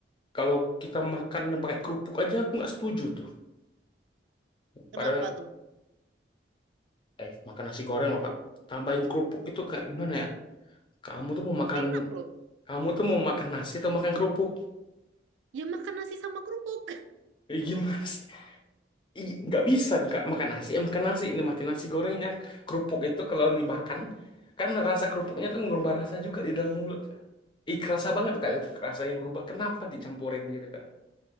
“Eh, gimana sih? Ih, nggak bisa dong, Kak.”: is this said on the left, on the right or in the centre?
Left